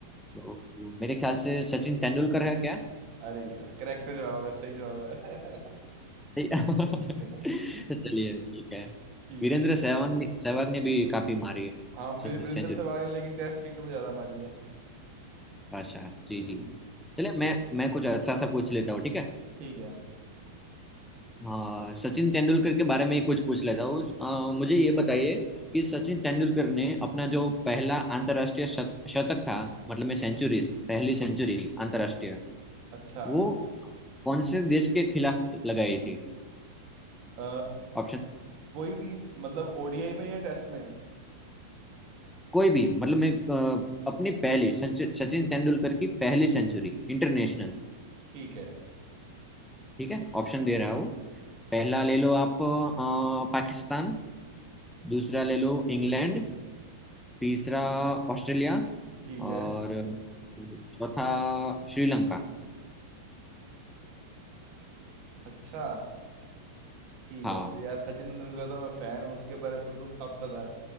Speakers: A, in the centre; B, on the right.
A: तो मेरे ख्याल से सचिन तेंदुलकर है क्या
B: अरे यार करेक्ट जवाब है सही जवाब है
A: <laughs>
B: <laughs>
A: चलिए ठीक है
B: ठीक
A: वीरेंद्र
B: है
A: सहवाग ने सहवाग ने भी काफी मारी है
B: हाँ वी-
A: सेंचुरी
B: वीरेंद्र सहवाग ने लेकिन टेस्ट क्रिकेट में ज्यादा मारी है
A: बादशाह जी
B: हम्म
A: जी चलिए मैं मैं कुछ अच्छा सा पूछ लेता हूँ ठीक है
B: ठीक है
A: हाँ सचिन तेंदुलकर के बारे में ही कुछ पूछ लेता हूँ अ, मुझे ये बताइए कि सचिन तेंदुलकर ने अपना जो पहला अंतर्राष्ट्रीय शत, शतक था मतलब में सेंचुरीज पहली सेंचुरी अंतर्राष्ट्रीय
B: अच्छा
A: वो कौन से देश के खिलाफ लगाई थी
B: अ,
A: ऑप्शन
B: कोई भी मतलब ओडीआई में या टेस्ट में
A: कोई भी मतलब मैं अ, अपनी पहली सेंचु- सचिन तेंदुलकर की पहली सेंचुरी इंटरनेशनल
B: ठीक है
A: ठीक है ऑप्शन दे रहा हूँ पहला ले लो आप अ, पाकिस्तान दूसरा ले लो इंग्लैंड तीसरा ऑस्ट्रेलिया
B: ठीक है
A: और चौथा श्रीलंका
B: अच्छा ठीक
A: हाँ
B: है तो यार सचिन तेंदुलकर तो मैं फैन हूँ उसके बारे में मेरे को सब पता है